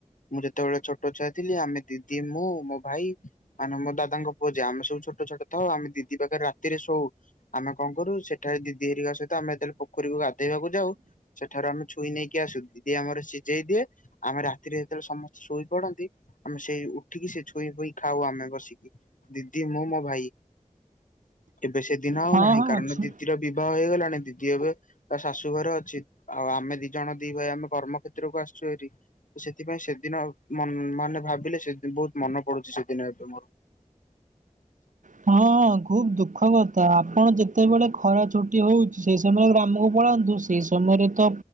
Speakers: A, on the left; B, on the right.
A: ମୁଁ ଯେତେବେଳେ ଛୋଟ ଛୁଆ ଥିଲି ଆମେ ଦିଦି ମୁଁ ମୋ ଭାଇ। ମାନେ ମୋ ଦାଦାଙ୍କ ପୁଅ ଯିଏ ଆମେ ସବୁ ଛୋଟ ଛୋଟ ଥାଉ ଆମେ ଦିଦି ପାଖରେ ରାତିରେ ଶୋଉ। ଆମେ କଁ କରୁ ସେଠାରେ ଦିଦି ହେରିକ ସହିତ ଆମେ ଯେତେବେ ପୋରୀକୁ ଗାଧେଇବାକୁ ଯାଉ। ସେଠାରୁ ଆମେ ଛୁଇ ନେଇକି ଆସୁ ଦିଦି ଆମର ସିଝେଇ ଦିଏ। ଆମେ ରାତିରେ ଯେତେବେଳେ ସମସ୍ତେ ଶୋଇ ପଡନ୍ତି ଆମେ ସେଇ ଉଠିକି ସେ ଛୁଇ ଫୁଇଁ ଖାଉ ଆମେ ବସିକି। ଦିଦି ମୁଁ ମୋ ଭାଇ ଏବେ ସେ ଦିନ ଆଉ
B: ହଁ
A: ନାହିଁ
B: ହଁ
A: କାରଣ
B: ଛୁ
A: ଦିଦିର ବି ବିବାହ ହେଇଗଲାଣି ଦିଦି ଏବେ ତା ଶାଶୁଘର ଅଛି। ଆଉ ଆମେ ଦି ଜଣ ଦି ଭାଇ ଆମେ କର୍ମ କ୍ଷେତ୍ରକୁ ଆସିଛୁ ହାରି। ତ ସେଥିପାଇଁ ସେଦିନ ଆଉ ମାନ୍ ମାନେ ଭାବିଲେ ସେଦିନ ବହୁତ ମନେ ପଡୁଛି ସେଦିନ ଏବେ ମୋର।
B: ହଁ ଖୁବ ଦୁଃଖ କଥା ଆପଣ ଯେତେବେଳେ ଖରା ଛୁଟି ହଉଛି ସେ ସମଳେ ଗ୍ରାମକୁ ପଳାନ୍ତୁ ସେ। ସେଇ ସମୟରେ ତ।